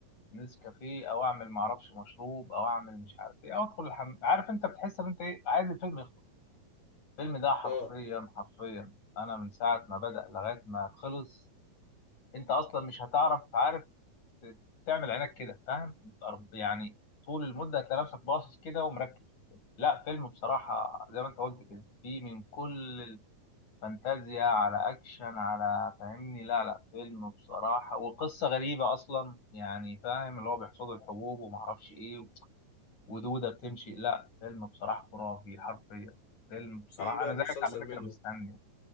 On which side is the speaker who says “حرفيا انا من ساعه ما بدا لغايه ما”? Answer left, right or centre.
Left